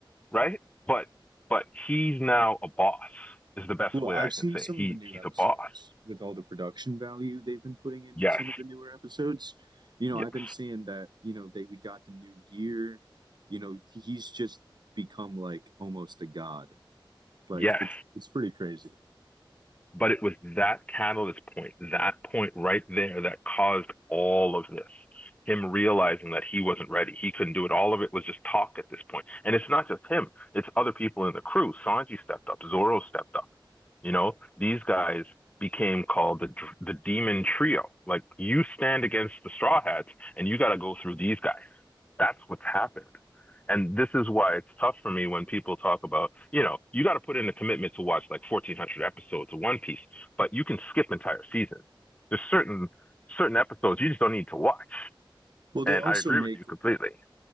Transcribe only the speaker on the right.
Well,
I've
seen
some
of the new
episodes
with all the production value they've been putting into
some of the newer episodes. You know,
I've been seeing that, you know, they we got the new gear. You know, he's just become like almost a god. Like
it's it's pretty crazy.
Well, they
also
make